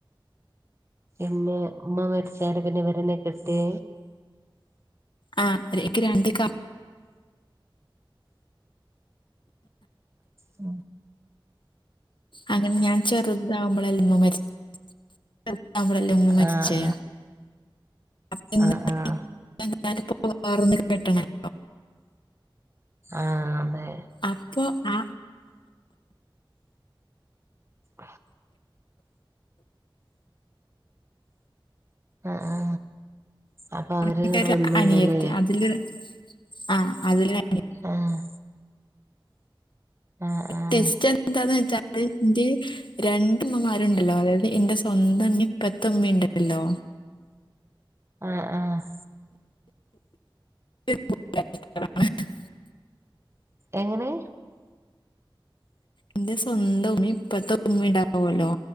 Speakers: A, on the right; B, on the left.
A: ഇമ്മ മരിച്ചരെ പിന്നെ വെരനെ കെട്ടി
B: ആ <unintelligible> രണ്ട്
A: ഉ
B: അങ്ങനെ ഞാൻ ചെറുതാവുമ്പോളെല്ലെമ്മ മരിച്ച ചെറുതാവുമ്പളല്ലെ മമ മരിച്ചെ
A: ആഹ്
B: <unintelligible>
A: ആഹ് ആഹ്
B: <inaudible>
A: ആ അതെ
B: അപ്പൊ ആ
A: ആഹ <inaudible> ആ ആ അപ്പൊ അവര്
B: എനിക്കൊരു
A: ഇവിട് വന്നല്ലല്ലേ
B: അനിയത്തി അതില് ആഹ് അതില്
A: ആഹ് ആഹ് ആഹ്
B: ട്വിസ്റ്റ്‌ എന്താന്ന് വെച്ചാല് രണ്ട് മ്മമാരുണ്ടല്ലോ അതായത് എന്റെ സ്വന്ത മ്മീം ഇപ്പത്തെ മ്മീം ഉണ്ടല്ലോ
A: ആഹ് ആഹ്
B: <inaudible>
A: എങ്ങനെ
B: എന്റെ സ്വന്തംഉമ്മി മ് ഇപ്പത്തെ ഉമ്മിണ്ടാവല്ലോ